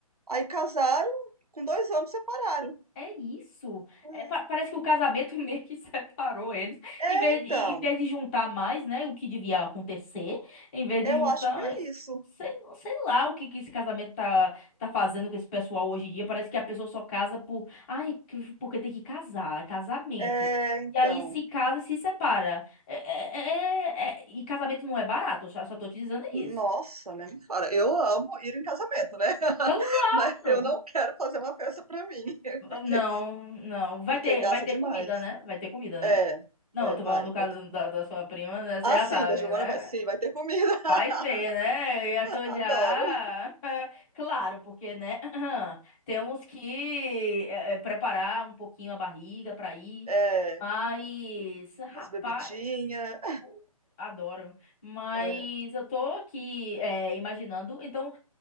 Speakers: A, on the right (about 75°); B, on the left (about 15°).
A: aí casaram, com dois anos separaram.
B: É isso.
A: É,
B: É, pa- parece que o casamento <laughs> meio que separou eles.
A: é,
B: Em vez
A: então,
B: de, em vez de juntar mais, né? O que devia acontecer. Em vez de
A: eu
B: juntar
A: acho que
B: mais.
A: é isso.
B: Sei, sei lá o que, que esse casamento tá, tá fazendo com esse pessoal hoje em dia. Parece que a pessoa só casa por. Ai, que- porque tem que casar. É casamento.
A: É, então.
B: E aí se casa e se separa. É- é- é- é- e casamento não é barato. Eu só, só tô te dizendo
A: Nossa,
B: isso.
A: né? Me fala. Eu amo ir em casamento, né? <laughs>
B: Claro!
A: Mas eu não quero fazer uma festa pra mim, <laughs> porque,
B: Não, não. Vai
A: porque
B: ter,
A: gasta
B: vai ter
A: demais.
B: comida, né? Vai ter comida, né?
A: É,
B: Não,
A: é,
B: eu tô
A: vai,
B: falando do caso
A: vai ter comida.
B: da, da sua prima, né? Você
A: Ah,
B: já
A: sim,
B: sabe,
A: da
B: né?
A: Giovana vai, sim, vai ter comida. <laughs>
B: Vai ter, né? Eu já tô
A: Adoro.
B: já. <laughs> Claro, porque, né? <clears throat> Temos que eh, eh, preparar um pouquinho a barriga pra ir.
A: É,
B: Mas,
A: umas
B: rapaz,
A: bebidinhas.
B: eu adoro. Mas
A: É,
B: eu tô aqui eh, imaginando. Então,